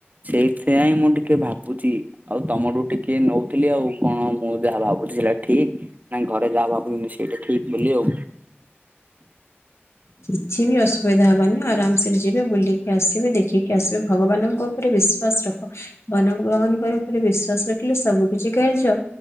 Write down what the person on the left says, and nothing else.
କିଛି ବି ଅସୁବିଧା ହେବନି ଆରମସେ ରେ ଯିବେ ବୁଲିକି ଆସିବେ ଦେଖକି ଆସିବେ ଭଗବାନଙ୍କ ରେ ବିଶ୍ବାସ ରଖ ଭଗବାନଙ୍କ ବିଶ୍ୱାସ ରହିଲେ ସବୁ କିଛି କାର୍ଯ୍ୟ